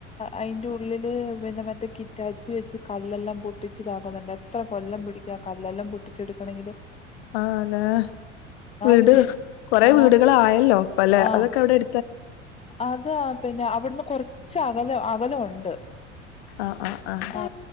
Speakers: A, on the left (about 15°); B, on the left (about 60°).
A: അയിൻ്റെ ഉള്ളില് പിന്നെ മറ്റേ കിറ്റാച്ചി വെച്ച് കല്ലെല്ലാം പൊട്ടിച്ചിതാക്കുന്നുണ്ട് എത്ര കൊല്ലം ക്കാ കല്ലെല്ലാം പൊട്ടിച്ചെടുക്കണ മെങ്കില്
B: ആ അതെ വീട്
A: വല്യ
B: കൊറെ
A: ആഹ്
B: വീടുകളായല്ലോപ്പ അല്ലെ
A: ആഹ്
B: അതൊക്കെ അവിടെ എ
A: അത് പിന്നെ അവിടുന്ന് കൊറച്ച് അകല അകലണ്ട്
B: ആഹ് ആഹ് ആഹ്
A: ആ